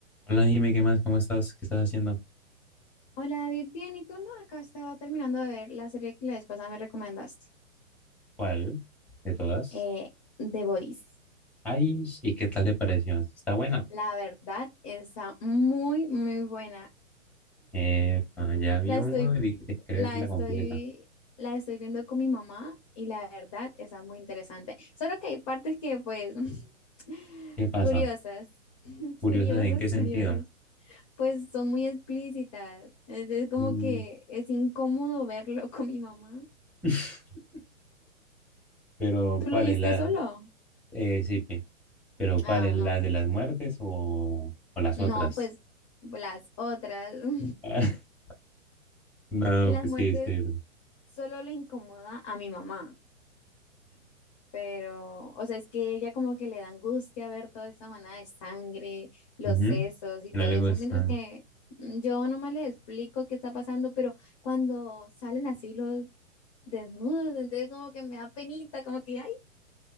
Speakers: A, in the centre; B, on the left (about 25°).
A: Hola, Jime, ¿qué más? ¿Cómo estás? ¿Qué estás haciendo?
B: Hola David, bien, ¿y tú no? Acá estaba terminando de ver la serie que la vez pasada me recomendaste,
A: ¿Cuál de todas?
B: eh, The Voice.
A: Ay, ¿y qué tal le pareció? Está buena.
B: La verdad está muy, muy buena.
A: Eh, ya vio,
B: La estoy,
A: dije que tienes que vérsela
B: la estoy,
A: completa.
B: la estoy viendo con mi mamá y la verdad está muy interesante. Solo que hay partes que, pues, <laughs>
A: ¿Qué pasa?
B: curiosas, <laughs>
A: Curiosa
B: curiosas,
A: de en qué sentido.
B: curiosas. Pues son muy explícitas. Es, es como
A: Mm,
B: que es incómodo verlo <laughs> con mi mamá.
A: <laughs> pero,
B: ¿Tú
A: ¿cuál
B: lo viste
A: es la?
B: solo?
A: Eh, sí, pe- pero ¿cuál
B: Ah,
A: es la
B: no,
A: de
B: pues.
A: las muertes o, o las
B: No,
A: otras?
B: pues las otras. <laughs>
A: <laughs> No,
B: En las
A: pues
B: muertes
A: sí, sí. Ujú,
B: solo le incomoda a mi mamá, pero, o sea, es que ella como que le da angustia ver toda esa manada de sangre, los
A: ujú.
B: sesos y
A: No
B: todo
A: le
B: eso,
A: gustan.
B: mientras que mm, yo nomás les explico qué está pasando, pero cuando salen así los desnudos, entonces como que me da penita, como que, ay,